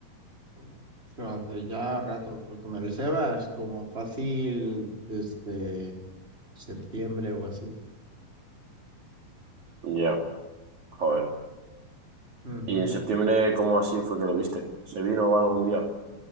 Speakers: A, on the right; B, on the right.
A: Bueno, Pero hace ya rato. Lo Con el Sebas, como fácil desde septiembre o así.
B: Ya, joder.
A: Ujú.
B: ¿Y en septiembre cómo así fue que lo viste? ¿Se vino algún día?